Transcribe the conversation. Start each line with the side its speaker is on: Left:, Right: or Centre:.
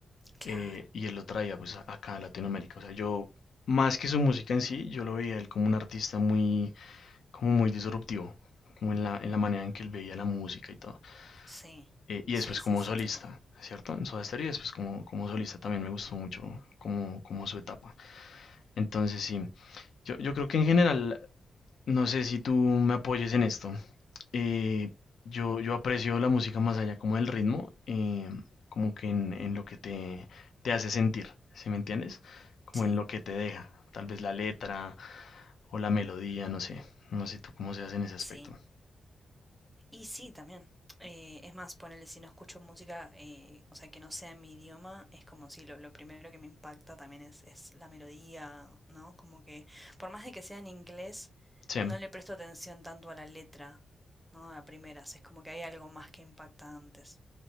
Centre: Claro,
Left: Eh, y él lo traía pues a- acá a Latinoamérica. O sea, yo, más que su música en sí, yo lo veía él como un artista muy, como muy disruptivo, como en la, en la manera en que él veía la música y todo.
Centre: sí,
Left: Eh, y
Centre: sí,
Left: después como
Centre: sí, sí,
Left: solista,
Centre: tal cual.
Left: ¿cierto? En Soda Stereo y después como, como solista también me gustó mucho como, como su etapa. Entonces sí, Yo, yo creo que en general, no sé si tú me apoyes en esto. eh, yo, yo aprecio la música más allá como del ritmo, eh, como que en, en lo que te, te hace sentir, ¿sí me entiendes? Como
Centre: Sí,
Left: en lo que te deja, tal vez la letra o la melodía, no sé, no sé tú cómo seas en ese aspecto.
Centre: sí. Y sí, también. Eh, es más, ponele, si no escucho música, eh, o sea, que no sea en mi idioma, es como si lo, lo primero que me impacta también es, es la melodía, ¿no? Como que, por más de que sea en inglés,
Left: Sí,
Centre: no le presto atención tanto a la letra, ¿no? A primeras, es como que hay algo más que impacta antes.